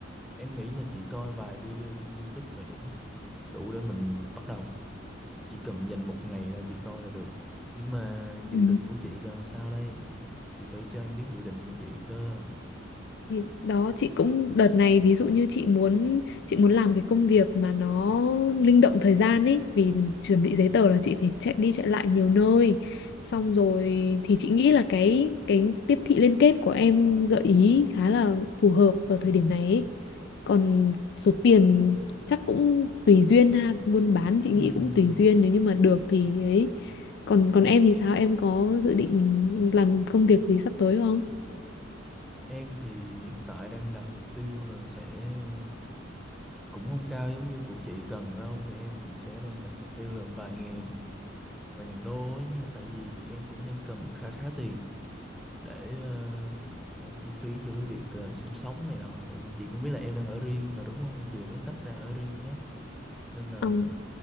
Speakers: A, in the centre; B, on the left.
A: em nghĩ là chị coi vài video trên YouTube là đủ đủ để mình bắt đầu chị chỉ cần dành một ngày ra chị coi là được nhưng mà dự
B: Ừ.
A: định của chị là sao đây chị phải cho em biết dự định của chị cơ
B: Thì đó chị cũng đợt này ví dụ như chị muốn chị muốn làm cái công việc mà nó linh động thời gian ấy vì chuẩn bị giấy tờ là chị phải chạy đi chạy lại nhiều nơi xong rồi thì chị nghĩ là cái cái tiếp thị liên kết của em gợi ý khá là phù hợp ở thời điểm này ấy. Còn số tiền chắc cũng tùy duyên ha buôn bán chị nghĩ
A: Ừm,
B: cũng tùy duyên nếu như mà được thì ấy còn còn em thì sao em có dự định làm công việc gì sắp tới không?
A: em thì hiện tại đang đặt mục tiêu là sẽ ờ, cũng không cao giống như của chị cần đâu nhưng mà em cũng sẽ đang đặt mục tiêu là vài ngàn vài ngàn đô ấy nha tại vì em cũng đang cần khá khá tiền để ờ, em chi phí cho cái việc ờ, sinh sống này nọ tại vì chị cũng biết là em đang ở riêng mà đúng không em vừa mới tách ra ở riêng đó nên là
B: Ừ.